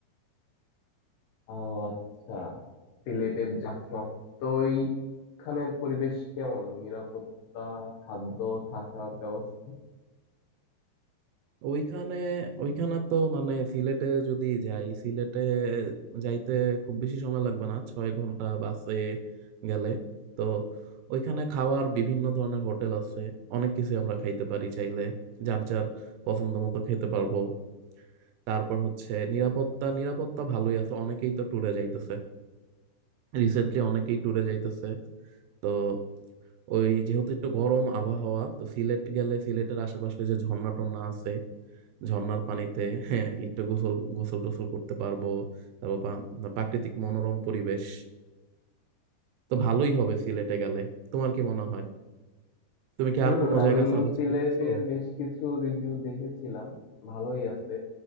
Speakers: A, on the left; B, on the right.
A: ও আচ্ছা সিলেটের জাফলং তো ওইখানের পরিবেশ কেমন নিরাপত্তা খাদ্য থাকার ব্যবস্থা
B: ওইখানে ওইখানে তো মানে সিলেটে যদি যাই সিলেটে যাইতে খুব বেশি সময় লাগবে না ছয় ঘন্টা বাসে গেলে তো ওইখানে খাওয়ার বিভিন্ন ধরনের হোটেল আছে অনেক কিছু আমরা খাইতে পারি চাইলে যার যার পছন্দ মতো খেতে পারবো তারপর হচ্ছে নিরাপত্তা নিরাপত্তা ভালোই আছে অনেকেই তো ট্যুরে যাইতেছে রিসেন্টলি অনেকেই ট্যুরে যাইতেছে তো ওই যেহেতু একটু গরম আবহাওয়া তো সিলেট গেলে সিলেটের আশেপাশে যে ঝর্ণা টর্ণা আছে ঝর্ণার পানিতে হ্যাঁ একটু গোসল গোসল টোসল করতে পারবো তারপর পা- প্রাকৃতিক মনোরম পরিবেশ তো ভালোই হবে সিলেটে গেলে তোমার কি মনে হয় তুমি কি
A: হুম
B: আর কোনো
A: আমি
B: জায়গা সাজেস্ট
A: সিলেটের
B: করতেছো
A: বেশ কিছু রিভিউ দেখেছিলাম ভালোই আছে